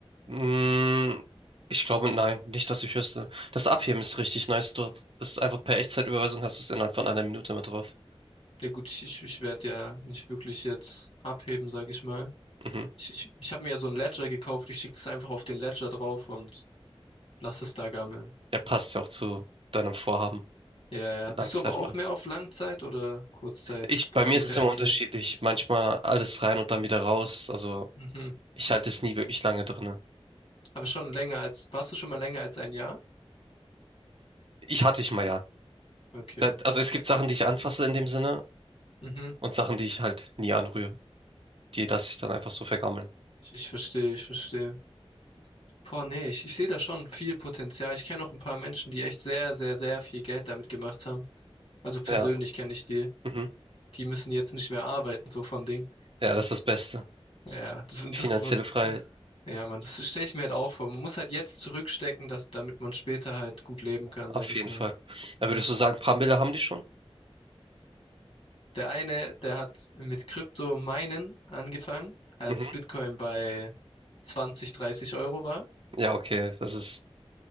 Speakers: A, on the right (about 60°); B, on the left (about 60°).
A: Mm, ich glaube, nein, nicht, dass ich wüsste. Das Abheben ist richtig nice dort. Das ist einfach per Echtzeitüberweisung hast du es innerhalb von einer Minute mit drauf.
B: Ja gut, ich, ich, ich werde ja nicht wirklich jetzt abheben, sage ich mal.
A: Mhm.
B: Ich, ich, ich habe mir ja so ein Ledger gekauft. Ich schicke das einfach auf den Ledger drauf und lass es da gammeln.
A: Ja, passt ja auch zu deinem Vorhaben
B: Ja, ja.
A: mit
B: Bist
A: Langzeit
B: du aber auch
A: und alles.
B: mehr auf Langzeit- oder Kurzzeit-Profite
A: Ich, bei mir ist es
B: erzielen?
A: immer unterschiedlich. Manchmal alles rein und dann wieder raus. Also
B: Mhm.
A: ich halte es nie wirklich lange drinne.
B: Aber schon länger als, warst du schon mal länger als ein Jahr?
A: Ich hatte ich mal ja.
B: Okay.
A: Das, also es gibt Sachen, die ich anfasse in dem Sinne
B: Mhm.
A: und Sachen, die ich halt nie anrühre. Die lasse ich dann einfach so vergammeln.
B: Ich, ich verstehe, ich verstehe. Boah, nee, ich, ich sehe da schon viel Potenzial. Ich kenne auch ein paar Menschen, die echt sehr, sehr, sehr viel Geld damit gemacht haben. Also persönlich
A: Ja,
B: kenne ich die.
A: mhm.
B: Die müssen jetzt nicht mehr arbeiten, so vom Ding.
A: Ja, das ist das Beste.
B: Ja, das,
A: Finanzielle
B: das ist so,
A: Freiheit.
B: ja, Mann, das stelle ich mir halt auch vor. Man muss halt jetzt zurückstecken, dass, damit man später halt gut leben kann,
A: Auf
B: sag ich
A: jeden
B: mal.
A: Fall. Da würdest du sagen, paar Mille haben die schon?
B: Der eine, der hat mit Krypto-Minen angefangen, als
A: Mhm.
B: Bitcoin bei 20, 30 Euro war.
A: Ja, okay. Das ist